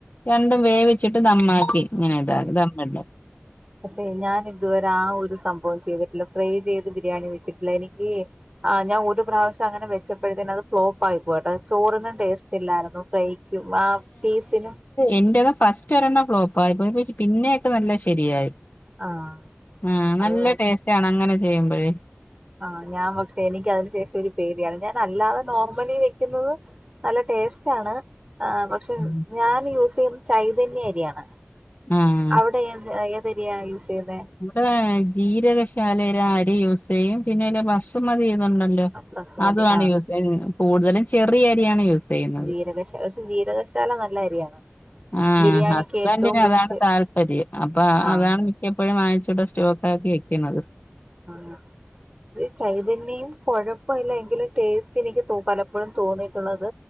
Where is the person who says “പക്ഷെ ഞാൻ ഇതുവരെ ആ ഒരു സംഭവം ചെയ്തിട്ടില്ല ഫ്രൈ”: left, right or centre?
Right